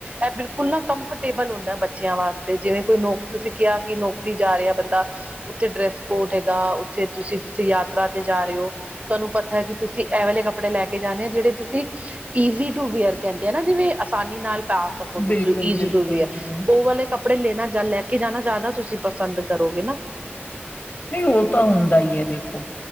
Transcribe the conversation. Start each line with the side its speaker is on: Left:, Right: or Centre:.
Right: ਇਹ ਬਿਲ ਖੁੱਲਾ ਕੰਫਰਟੇਬਲ ਹੁੰਦਾ ਬੱਚਿਆਂ ਵਾਸਤੇ ਜਿਵੇਂ ਕੋਈ ਨੌਕ ਤੁਸੀਂ ਕਿਹਾ ਕਿ ਨੌਕਰੀ ਜਾ ਰਿਹਾ ਬੰਦਾ। ਉੱਥੇ ਡਰੈਸ ਕੋਡ ਹੈਗਾ ਉੱਥੇ ਤੁਸੀਂ ਕਿੱਥੇ ਯਾਤਰਾ ਤੇ ਜਾ ਰਹੇ ਔ ਤੁਹਾਨੂੰ ਪਤਾ ਹੈ ਕਿ ਤੁਸੀਂ ਇਹ ਵਾਲੇ ਕੱਪੜੇ ਲੈ ਕੇ ਜਾਂਦੇ ਹੋ ਜਿਹੜੇ ਤੁਸੀ ਈਜ਼ੀ ਟੂ ਵੇਅਰ ਕੇਂਦੇ ਆਨਾ ਜਿਵੇਂ ਆਸਾਨੀ ਨਾਲ ਪਾ ਓ ਤੁਸੀਂ
Left: ਬਿਲਕੁਲ
Right: ਈਜੀ
Left: ਬਿਲਕੁਲ
Right: ਟੂ ਵੇਅਰ
Left: ਜੀ
Right: ਉਹ ਵਾਲੇ ਕੱਪੜੇ ਲੈਣਾ ਜਾ ਲੈ ਕੇ ਜਾਣਾ ਜਾਦਾ ਤੁਸੀਂ ਪਸੰਦ ਕਰੋਗੇ ਨਾ।
Left: ਨਈ ਉ ਤਾਂ ਹੁੰਦਾ ਈਏ ਦੇਖੋ